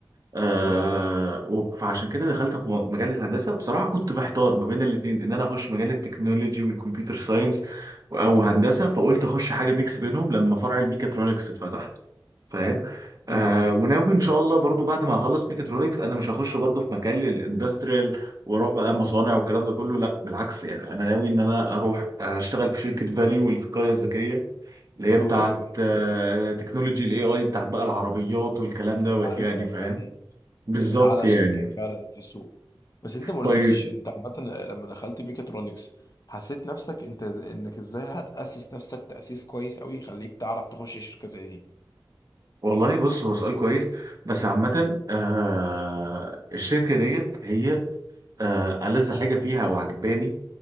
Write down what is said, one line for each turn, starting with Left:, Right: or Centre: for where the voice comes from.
Right: آه
Left: حلو قوي
Right: و- فعشان كده دخلت في م- مجال الهندسه بصراحه كنت محتار ما بين الاثنين ان انا اخش مجال التكنولوجي والكمبيوتر ساينس او هندسه فقلت اخش حاجه ميكس بينهم لما فرع الميكاترونكس اتفتح فاهم آه
Left: حلو قوي
Right: وناوي ان شاء الله برضو بعد ما اخلص ميكاترونكس انا مش هخش برضو في مكان الاندستريال واروح بقى مصانع والكلام ده كله لا بالعكس يعني انا ناوي ان انا اروح اشتغل في شركه فاليو اللي في القريه الذكيه اللي
Left: حلو
Right: هي بتاعت
Left: قوي
Right: آه،
Left: حلو قوي
Right: تكنولوجي الاي اي بتاعت بقى العربيات والكلام دوت
Left: عارفها
Right: يعني فاهم
Left: فعلا
Right: بالظبط
Left: من اعلى
Right: يعني
Left: الشركات فعلا في السوق بس انت ما قلتليش
Right: طيب
Left: انت عامه لما دخلت ميكاترونكس حسيت نفسك انت انك ازاي هتأسس نفسك تأسيس كويس قوي يخليك تعرف تخش شركة زي دي
Right: والله بص هو سؤال كويس بس عامة آه الشركة ديت هي آه ألذ حاجة فيها وعجباني